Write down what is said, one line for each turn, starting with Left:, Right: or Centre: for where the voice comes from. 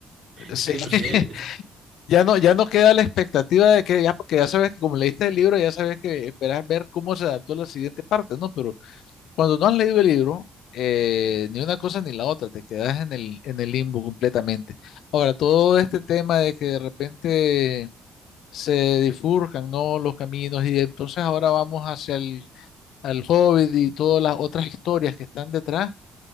Left: sí
Right: es que
Left: que <laughs>
Right: no sé, es-
Left: ya no, ya no queda la expectativa de que ya, porque ya sabes que como leíste el libro, ya sabes que esperas ver cómo se adaptó a la siguiente parte, ¿no? Pero cuando no has leído el libro, eh, ni una cosa ni la otra, te quedas en el, en el limbo completamente. Ahora, todo este tema de que de repente se difurcan, ¿no? Los caminos y entonces ahora vamos hacia el al Hobbit y todas las otras historias que están detrás